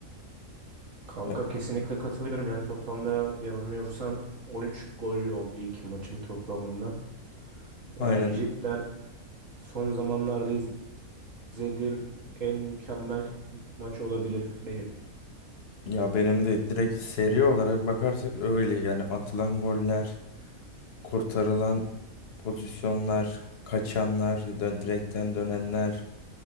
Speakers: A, on the right (about 65°); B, on the left (about 50°).
A: Kanka
B: Ya,
A: kesinlikle katılıyorum. Yani toplamda yanılmıyorsam 13 gol oldu iki maçın toplamında. Yani
B: aynen.
A: cidden son zamanlarda iz- izlediğim en mükemmel maç olabilir benim.
B: Ya benim de direkt seri olarak bakarsak öyle yani atılan goller, kurtarılan pozisyonlar, kaçanlar, dö- direkten dönenler.